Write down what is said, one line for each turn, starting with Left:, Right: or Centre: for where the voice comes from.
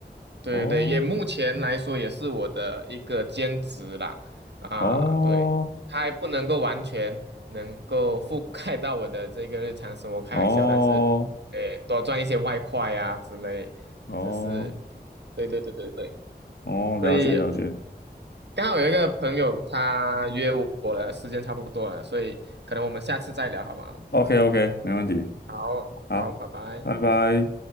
Right: 对对，
Left: 哦
Right: 也目前来说也是我的一个兼职啦。啊，
Left: 哦
Right: 对，它还不能够完全能够覆盖到我的这个日常生活开销，
Left: 哦
Right: 但是，诶，多赚一些外快啊之类，
Left: 哦
Right: 这是，对对对对对。
Left: 哦，
Right: 所以
Left: 了解了解
Right: 刚好有一个朋友他约我了，时间差不多了，所以可能我们下次再聊好吗？
Left: ，OK OK，没问题，
Right: 好，
Left: 好，
Right: 好，拜拜。
Left: 拜拜。